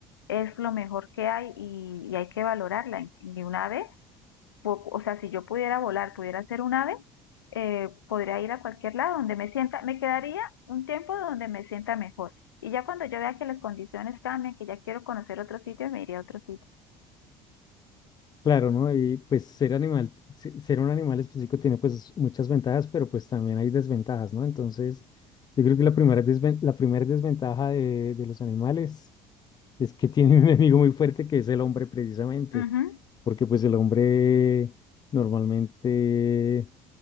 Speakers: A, on the left; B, on the left.
A: es lo mejor que hay y, y hay que valorarla. Y un ave, po- o sea, si yo pudiera volar, pudiera ser un ave, eh, podría ir a cualquier lado donde me sienta, me quedaría un tiempo donde me sienta mejor. Y ya cuando yo vea que las condiciones cambian, que ya quiero conocer otro sitio, me iría a otro sitio.
B: Claro, ¿no? Y pues ser animal, se- ser un animal específico tiene pues muchas ventajas, pero pues también hay desventajas, ¿no? Entonces, yo creo que la primera, desven- la primera desventaja de, de los animales es que <laughs> tienen un enemigo muy fuerte que es el hombre precisamente,
A: Ujú,
B: porque pues el hombre normalmente